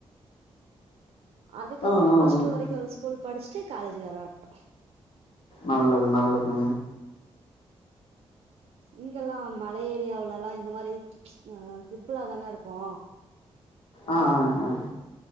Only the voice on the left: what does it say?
ஆ ஆ
ம்
நல்லது நல்லதுங்க
ஆஹ் ஆஹ் ஆஹ்